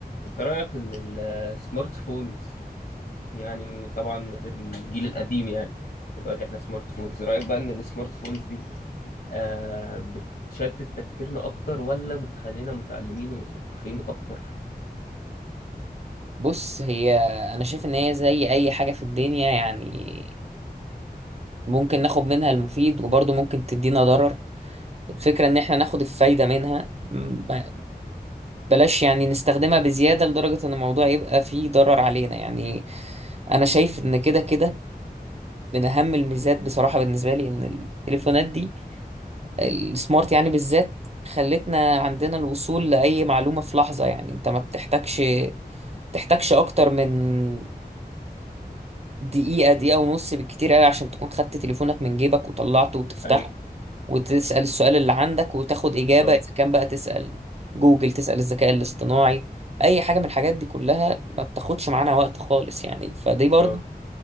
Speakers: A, on the left; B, on the right.
A: انت رأيك ان السمارت فونز يعني طبعا غير الجيل القديم يعني دلوقتي احنا سمارت فونز رأيك بقى ان السمارت فونز دي آه بتشتت تفكيرنا اكتر ولا بتخلينا متعلمين ومثقفين اكتر
B: بص هي انا شايف ان هي زي اي حاجة في الدنيا يعني ممكن ناخد منها المفيد وبرضه ممكن تدينا ضرر الفكرة ان احنا ناخد الفايدة منها م- بلاش يعني نستخدمها بزيادة لدرجة ان الموضوع يبقى فيه ضرر علينا يعني انا شايف ان كده كده من اهم الميزات بصراحة بالنسبة لي ان التليفونات دي السمارت يعني بالذات خلتنا عندنا الوصول لأي معلومة في لحظة يعني انت ما بتحتاجش تحتاجش اكتر من دقيقة دقيقة ونص بالكتير قوي عشان تكون خدت تليفونك من جيبك وطلعته وتفتحه
A: ايوه
B: وتسأل السؤال اللي عندك وتاخد إجابة
A: اه
B: إذا كان بقى تسأل جوجل تسأل الذكاء الاصطناعي أي حاجة من الحاجات دي كلها ما بتاخدش معانا وقت خالص يعني فدي برضه
A: اه